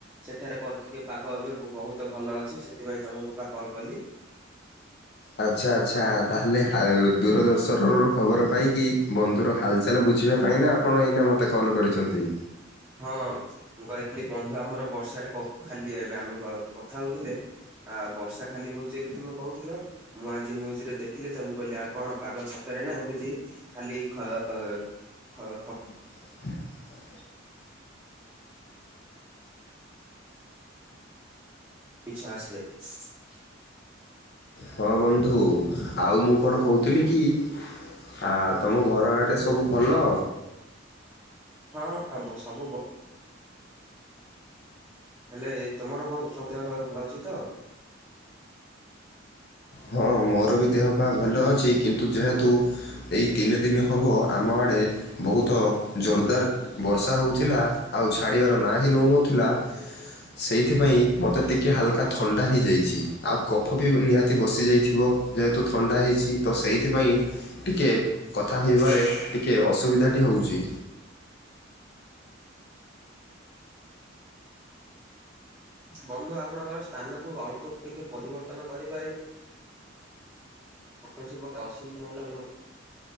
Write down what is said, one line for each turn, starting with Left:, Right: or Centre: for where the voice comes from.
Right: ସେଠାରେ <unintelligible> ଟିକେ ପାଗ ଏବେ ବହୁତ ଭଲ ଅଛି, ସେଥିପାଇଁ ତମକୁ ବା କଲ୍ କଲି।
Left: ଆଚ୍ଛା-ଆଚ୍ଛା, ଆଉ ତାହେଲେ ଦୂରଦର୍ଶନରୁ ଖବର ପାଇକି ବନ୍ଧୁର ହାଲଚାଲ୍ ବୁଝିବା ପାଇଁ ନା ଆପଣ ଏଇନା ମୋତେ କଲ୍ କରିଚନ୍ତି।
Right: ହଁ ମୁଁ କହିଲି ବନ୍ଧୁ ଆମର ବର୍ଷାରେ ଖାଲି ଏବେ ଆମେ କଥା ହଉଥିଲେ ଆ ବର୍ଷା ଖାଲି ହଉଚି ବେଲି ତୁମେ କହୁଥିଲ। ମୁଁ ଆଜି ନ୍ୟୁଜ୍ ରେ ଦେଖିଲି ତ ମୁଁ କହିଲି ଆଉ କଣ ପାଗ ସତେରେ ନା ଏମିତି ଖାଲି ଖ-ଖ <unintelligible>
Left: <inaudible>
Right: <inaudible>
Left: ହଁ ବନ୍ଧୁ, ଆଉ ମୁଁ କଣ କହୁଥିଲି କି ଆ ତମ ଘର ଆଡ଼େ ସବୁ ଭଲ?
Right: ହଁ-ହଁ ସବୁ ଭ ହେଲେ ତମର <inaudible> ଭଲ ଅଛି ତ?
Left: ହଁ ମୋର ବି ଦେହ ପା ଭଲ ଅଛି, କିନ୍ତୁ ଯେହେତୁ ଏଇ ତିନି ଦିନି ହବ ଆମ ଆଡେ ବହୁତ ଜୋରଦାର୍ ବର୍ଷା ହେଉଥିଲା, ଆଉ ଛାଡ଼ିବାର ନାଁ ହିଁ ନଉନଥିଲା ସେଇଥିପାଇଁ ମତେ ଟିକେ ହାଲକା ଥଣ୍ଡା ହେଇଯାଇଚି, ଆଉ କଫ ବି ନିହା ତି ବସିଯାଇଥିବ, ଯେହେତୁ ଥଣ୍ଡା ହେଇଛି ତ ସେଇଥିପାଉଁ ଟିକେ କଥା କହିବାରେ ଟିକେ ଅସୁବିଧାଟି ହେଉଚି।
Right: ବନ୍ଧୁ ଆପଣଙ୍କ ସ୍ଥାନକୁ ଅଳ୍ପ ଟିକେ ପରିବର୍ତ୍ତନ କରିପାରିବ? କୌଣସି ପ୍ରକାର ଅସୁବିଧା ହେଲା ପରେ,